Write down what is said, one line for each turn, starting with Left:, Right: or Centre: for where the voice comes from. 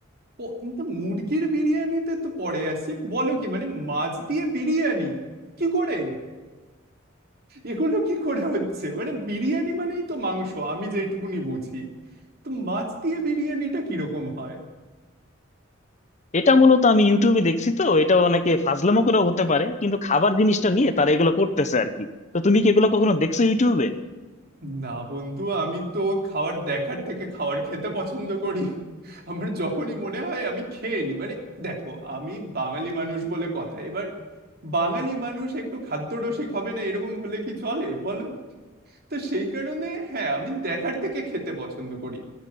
Right: প- কিন্তু মুরগির বিরিয়ানিতে তো পরে আসি বলো কি মানে মাছ দিয়ে বিরিয়ানি কি করে এগুলো কি করে হচ্ছে মানে বিরিয়ানি মানেই তো মাংস আমি যেটুকুনি বুঝি তো মাছ দিয়ে বিরিয়ানিটা কিরকম হয়
Left: এটা মূলত আমি ইউটিউবে দেখছি তো এটা অনেকে ফাজলামো করেও হতে পারে কিন্তু খাবার জিনিসটা নিয়ে তারা এগুলো করতেছে আর কি তো তুমি কি এগুলো কখনো দেখছো ইউটিউবে
Right: না বন্ধু আমি তো খাবার দেখার থেকে খাবার খেতে পছন্দ করি আমার যখনই মনে হয় আমি খেয়ে নিই মানে দেখো আমি বাঙালি মানুষ বলে কথা এবার বাঙালি মানুষ একটু খাদ্যরসিক হবে না এরকম হলে কি চলে বলো তো সেই কারণে হ্যাঁ আমি দেখার থেকে খেতে পছন্দ করি